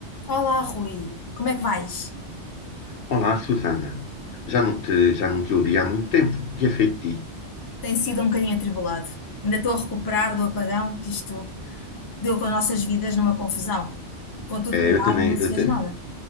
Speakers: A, on the left; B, on the left.
A: Olá, Rui. Como é que vais?
B: Olá, Susana. Já não te, já não te ouvi há muito tempo. O que é feito de ti?
A: Tem sido um bocadinho atribulado. Ainda estou a recuperar do apagão que isto deu com as nossas vidas numa confusão. Com tudo
B: É,
A: parado,
B: eu também,
A: não se
B: eu,
A: fez
B: ta-
A: nada.